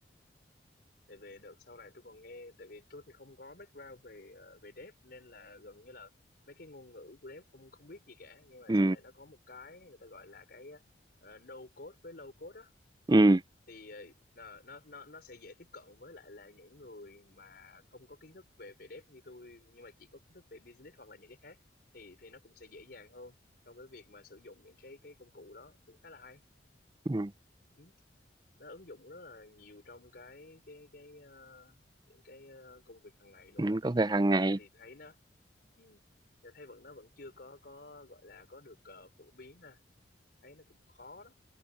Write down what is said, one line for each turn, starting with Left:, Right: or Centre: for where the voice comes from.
Left: tại vì đợt sau này tôi còn nghe tại vì tôi thì không có background về ờ, về dev nên là gần như là mấy cái ngôn ngữ của dev không không biết gì cả nhưng mà
Right: ừ
Left: sau này nó có một cái người ta gọi là cái ờ, no code với low code á
Right: ừ
Left: thì ờ, nó nó nó nó sẽ dễ tiếp cận với lại là những người mà không có kiến thức về về dev như tôi nhưng mà chỉ có kiến thức về business hoặc là những cái khác thì thì nó cũng sẽ dễ dàng hơn trong cái việc mà sử dụng những cái cái công cụ đó cũng khá là hay
Right: ừ,
Left: ừ. nó ứng dụng rất là nhiều trong cái cái cái ờ, những cái ờ, công việc hàng ngày luôn
Right: ừ.
Left: á
Right: công việc
Left: nhưng
Right: hàng
Left: mà hiện
Right: ngày
Left: tại thì thấy nó ừ. thấy vẫn nó vẫn chưa có có gọi là có được ờ, phổ biến ha thấy nó cũng khó đó